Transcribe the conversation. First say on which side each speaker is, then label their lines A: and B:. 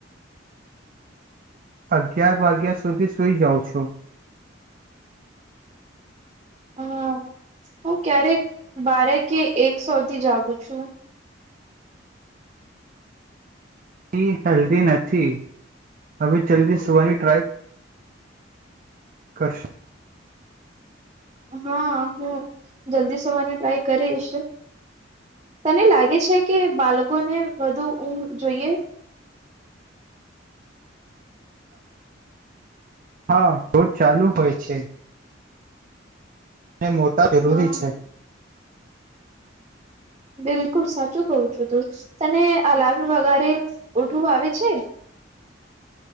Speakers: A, on the right (about 45°); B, on the right (about 30°).
A: અગિયાર વાગ્યા સુધી સુઈ જાઉં છો
B: હા હું ક્યારેક બારે કે એક સોથી જાગું છું
A: એ હેલ્ધી નથી હવે જલ્દી સુવાની ટ્રાય કરસ
B: હા હું જલ્દી સુવાની ટ્રાય કરીશ તને લાગે છે, કે બાલકોને વધુ ઊંઘ જોઈએ
A: હા રોજ ચાલુ હોય છે. ને મોટા જરૂરી
B: હા
A: છે.
B: બિલકુલ સાચું કઉ છું તું તને <unintelligible> વગારે ઉઠવું આવે છે.